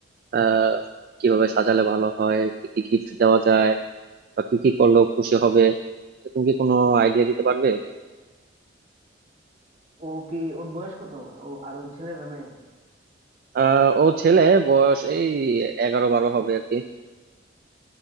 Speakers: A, on the right; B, on the right.
A: আহ কিভাবে সাজালে ভালো হয় কি কি গিফট দেওয়া যায় বা কি কি করলেও খুশি হবে তো তুমি কি কোনো আইডিয়া দিতে পারবে
B: ও কি ওর বয়স কত ও আর ওর ছেলে নামে
A: আহ ও ছেলে বয়স এই এগারো বারো হবে আর কি